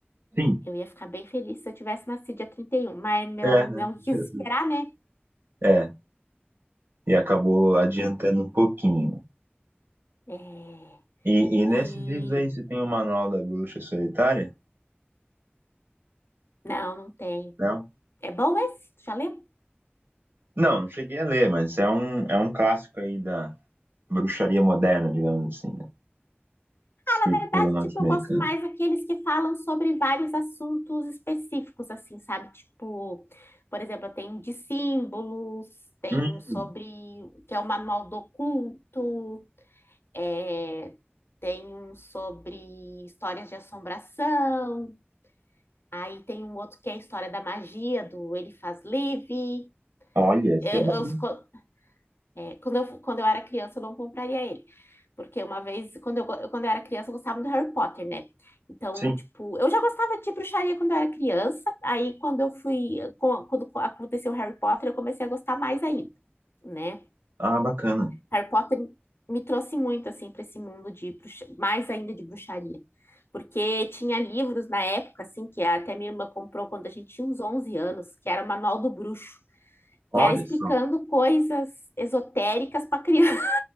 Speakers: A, on the right; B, on the left.
A: Sim,
B: Eu ia ficar bem feliz se eu tivesse nascido dia 31, mas meu,
A: é,
B: não
A: né? <laughs>
B: quis esperar, né?
A: É, e acabou
B: Então,
A: adiantando um pouquinho.
B: é...
A: E, e nesses
B: E...
A: livros aí, você tem o Manual da Bruxa Solitária?
B: Não, não tem.
A: né?
B: É bom esse? Tu Já lembro.
A: Não, não cheguei a ler, mas é um, é um clássico aí da bruxaria moderna, digamos assim, né? Escrito
B: Na verdade,
A: por um norte-americano.
B: tipo, eu gosto mais daqueles que falam sobre vários assuntos específicos, assim, sabe? Tipo, por exemplo, eu tenho um de símbolos, tem
A: Hum,
B: um sobre... que é o Manual do Oculto, é... tem um sobre histórias de assombração, Aí tem um outro que é a história da magia, do ele faz livre.
A: olha, esse
B: Eu,
A: é bom.
B: eu- é, quando, eu, quando eu era criança, eu não compraria ele. Porque uma vez, quando eu, eu- quando eu era criança, eu gostava do Harry Potter, né? Então,
A: Sim,
B: tipo, eu já gostava de bruxaria quando eu era criança. Aí, quando eu fui, com- quando aconteceu o Harry Potter, eu comecei a gostar mais ainda, né?
A: ah, bacana.
B: Harry Potter me trouxe muito assim para esse mundo de bruxa- mais ainda de bruxaria, porque tinha livros na época assim que até minha irmã comprou quando a gente tinha uns 11 anos, que era o Manual do Bruxo,
A: Olha
B: que era explicando
A: só.
B: coisas esotéricas para criança,